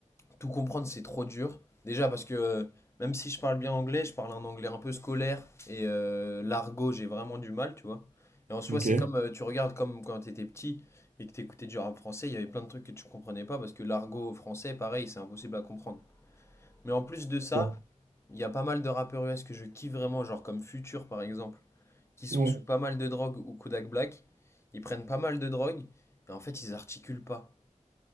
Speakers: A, on the left; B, on the right.
A: tout comprendre c'est trop dur. Déjà parce que euh, même si je parle bien anglais, je parle un anglais un peu scolaire et euh, l'argot, j'ai vraiment du mal, tu vois. Et en soi,
B: Ok,
A: c'est comme euh, tu regardes comme quand t'étais petit et que t'écoutais du rap français, il y avait plein de trucs que tu comprenais pas parce que l'argot français, pareil, c'est impossible à comprendre. Mais en plus de ça,
B: Bon.
A: il y a pas mal de rappeurs US que je kiffe vraiment, genre comme Future par exemple, qui sont
B: Ouais,
A: sous pas mal de drogue ou Kodak Black. Ils prennent pas mal de drogue et en fait ils articulent pas.